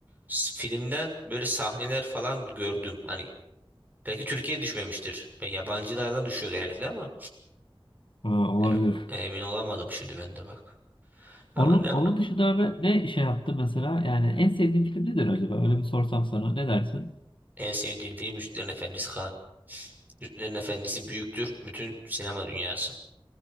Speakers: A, on the right (about 20°); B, on the left (about 60°).
A: s- filmden böyle sahneler falan gördüm. Hani belki Türkiye'ye düşmemiştir. Ben yabancılardan düşüyor genellikle ama
B: Ha, olabilir.
A: em- emin olamadım şimdi ben de bak. Ama
B: Onun,
A: ne,
B: onun dışında abi ne şey yaptı mesela? Yani en sevdiğin film nedir acaba? Öyle bir sorsam sana ne dersin?
A: en sevdiğim film Yüzüklerin Efendisi Kaan. Yüzüklerin Efendisi büyüktür bütün sinema dünyası.